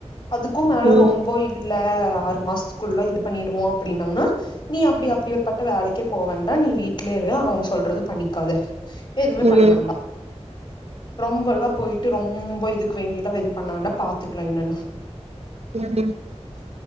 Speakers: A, on the left (about 45°); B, on the right (about 65°).
A: அதுக்கு மேல
B: ம்
A: ரொம்போ இரு இல்ல ஆறு மாசத்துக்குள்ள இது பண்ணிருவோ அப்டின்னாங்கன்னா நீ அப்டி அப்டி ஒரு பட்ட வேலைக்கே போவேண்டா நீ வீட்லயே இரு அவுங்க சொல்றத பண்ணிக்காத எதுமே
B: ம்
A: பண்ண வேண்டா ரொம்போலா போய்ட்டு ரொம்போ இதுக்கு வேண்டில்லா எது பண்ண வேண்டா பாத்துக்லா என்னனு
B: <inaudible>